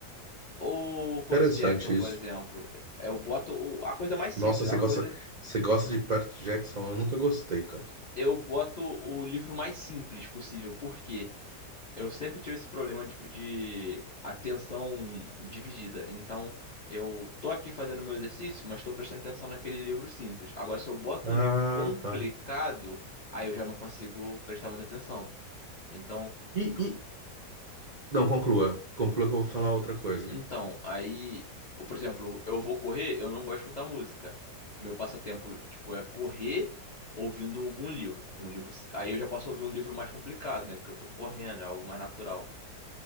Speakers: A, on the left; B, on the right.
A: ou Percy
B: Interessante
A: Jackson, por
B: isso.
A: exemplo. Eu boto o- a coisa mais simples,
B: Nossa, você
A: uma
B: gosta,
A: coisa
B: você gosta de Perth Jackson? Eu nunca gostei, cara.
A: eu boto o livro mais simples possível, porque eu sempre tive esse problema de, de atenção dividida. Então, eu tô aqui fazendo meu exercício, mas tô prestando atenção naquele livro simples. Agora, se eu boto
B: Ah,
A: um livro complicado,
B: tá.
A: aí eu já não consigo prestar muita atenção. Então,
B: E, e- não, conclua. Conclua que eu vou falar outra coisa.
A: Então, aí, ou, por exemplo, eu vou correr, eu não gosto de escutar música. Meu passatempo, tipo, é correr ouvindo algum livro. Um livro, aí eu já posso ouvir um livro mais complicado, né? Porque eu tô correndo, é algo mais natural.